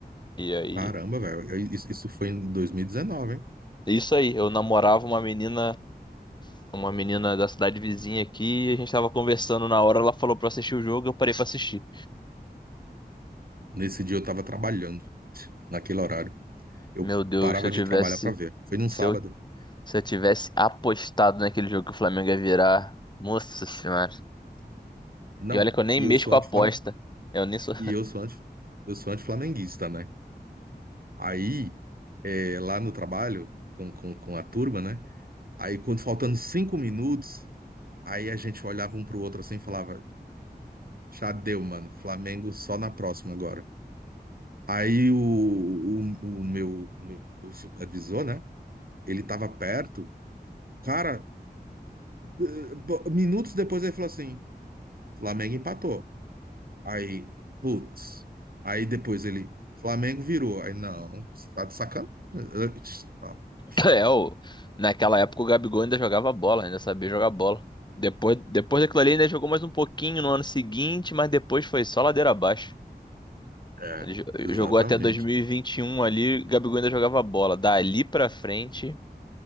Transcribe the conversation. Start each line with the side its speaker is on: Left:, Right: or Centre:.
Left: E aí.
Right: Caramba, velho. eu- Isso, isso foi em 2019, hein?
Left: Isso aí, eu namorava uma menina uma menina da cidade vizinha aqui, e a gente tava conversando na hora, ela falou pra eu assistir o jogo, eu parei pra assistir.
Right: Nesse dia eu tava trabalhando, naquele horário. Eu
Left: Meu Deus,
Right: parava
Left: se eu tivesse,
Right: de trabalhar pra ver. Foi num
Left: se
Right: sábado.
Left: eu, se eu tivesse apostado naquele jogo que o Flamengo ia virar, nossa senhora.
Right: Não,
Left: E olha que eu nem
Right: e
Left: mexo
Right: eu sou
Left: com
Right: anti-flamengu...
Left: aposta. Eu nem sou. <coughs> <clears throat>
Right: E eu sou anti... eu sou anti-flamenguista, né? Aí, é, lá no trabalho, com, com, com a turma, né? Aí, quando faltando cinco minutos, aí a gente olhava um pro outro assim e falava, já deu, mano. Flamengo só na próxima agora. Aí o, o, o meu, meu supervisor, né? Ele tava perto. Cara, eh, bo- minutos depois ele falou assim: Flamengo empatou. Aí, putz. Aí depois ele, Flamengo virou. Aí, não, você tá de sacanagem. Eu, "Tch, tá, poxa.
Left: É, o naquela época o Gabigol ainda jogava bola, ainda sabia jogar bola. Depois, depois daquilo ali, ainda jogou mais um pouquinho no ano seguinte, mas depois foi só ladeira abaixo.
Right: É,
Left: Ele jo-
Right: exatamente.
Left: jogou até dois mil e e vinte e um ali, Gabigol ainda jogava bola. Dali pra frente.